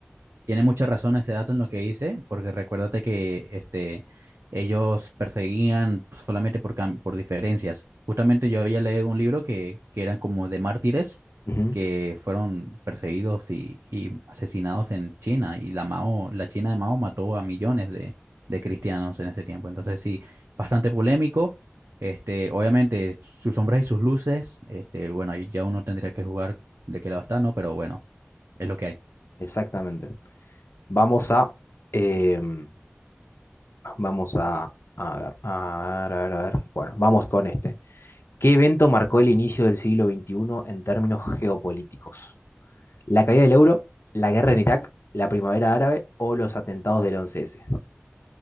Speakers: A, on the right; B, on the left.
A: Tiene mucha razón ese dato en lo que dice, porque recuérdate que este, ellos perseguían solamente por, cam- por diferencias. Justamente yo había leído un libro que, que eran como de mártires
B: Ujú,
A: que fueron perseguidos y, y asesinados en China, y la, Mao, la China de Mao mató a millones de, de cristianos en ese tiempo. Entonces sí, bastante polémico. Este, obviamente, sus sombras y sus luces, este, bueno, ahí ya uno tendría que jugar de qué lado está, ¿no? Pero bueno, es lo que hay.
B: Exactamente. Vamos a, em, vamos a, a ver, a ver, a ver, a ver. Bueno, vamos con este. ¿Qué evento marcó el inicio del siglo XXI en términos geopolíticos? ¿La caída del euro, la guerra en Irak, la primavera árabe o los atentados del 11S?